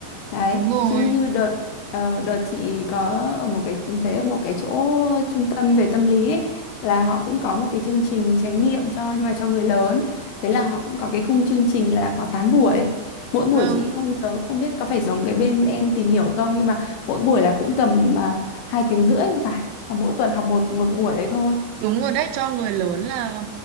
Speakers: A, on the left; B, on the right.
A: đấy
B: đúng rồi
A: chứ như đợt ờ, đợt chị có ở một cái thấy ở một cái chỗ trung tâm về tâm lý ấy là họ cũng có một cái chương trình chánh niệm cho nhưng mà cho người lớn thế là họ cũng có cái khung chương trình là có tám buổi mỗi buổi
B: vâng
A: chị không nhớ không biết có phải giống cái bên em tìm hiểu không nhưng mà mỗi buổi là cũng tầm uh, hai tiếng rưỡi thì phải và mỗi tuần học một một buổi đấy thôi
B: đúng rồi đấy cho người lớn là